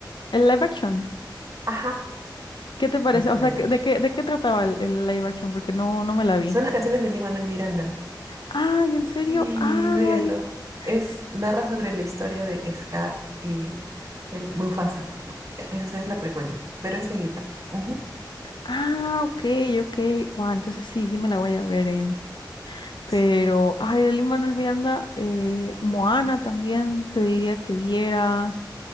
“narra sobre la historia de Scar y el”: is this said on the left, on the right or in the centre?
Right